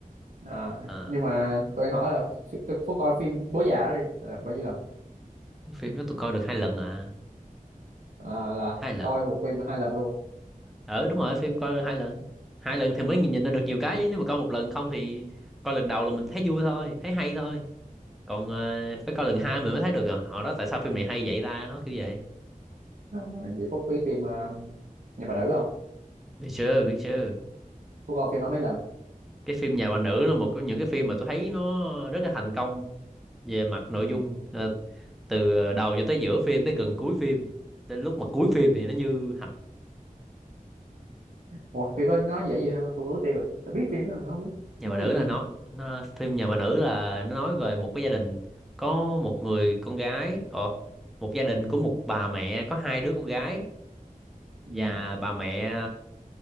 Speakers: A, on the right (about 65°); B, in the centre.
A: à,
B: Ờ,
A: nhưng mà tôi hỏi là phi- tôi Phúc coi phim Bố già đó đi là bao nhiêu lần
B: phim đó tôi coi được hai lần à
A: à, là
B: hai lần
A: coi một phim hai lần luôn
B: ừ đúng rồi phim coi hai lần hai lần thì mới nhìn, nhìn ra được nhiều cái chứ nếu mà coi một lần không thì coi lần đầu là mình thấy vui thôi thấy hay thôi còn ờ, phải coi lần hai mình mới thấy được à, họ đó tại sao phim này hay vậy ta nó kiểu vậy
A: à, vậy Phúc biết phim ờ, Nhà bà đỡ không
B: biết chưa biết chưa
A: Phúc coi phim đó mấy lần
B: cái phim nhà bà nữ là một trong những cái phim mà tôi thấy nó rất là thành công về mặt nội
A: ừ.
B: dung Ờ, từ đầu cho tới giữa phim tới gần cuối phim tới lúc mà cuối phim thì nó như hạch
A: Ủa, phim đó nói dễ gì thôi Phúc ước tiêu rồi tôi biết phim đó rồi, không biết
B: nhà
A: nói
B: bà nữ
A: dễ gì
B: là nó, nó phim nhà bà nữ là nó nói về một cái gia đình có một người con gái ồ một gia đình của một bà mẹ có hai đứa con gái
A: ừ.
B: và bà mẹ